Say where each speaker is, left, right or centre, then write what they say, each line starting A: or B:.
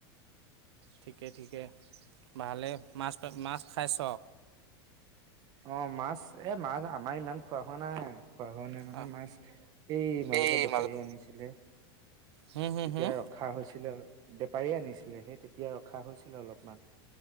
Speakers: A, on the right; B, on the right.
A: ঠিকে ঠিকে ভালে মাছ মাছ খাইছ
B: অ মাছ এ মাছ আমাৰ ইমান খোৱা হোৱা নাই খোৱা হোৱা নাই মানে
A: অঁ
B: মাছ এই মাজতে
A: এই
B: বেপাৰীয়ে
A: মাজত
B: আনিছিলে
A: হুম হুম
B: তেতিয়া
A: হুম
B: ৰখা হৈছিলে বেপাৰী আনিছিলে সেই তেতিয়া ৰখা হৈছিলে অলপমান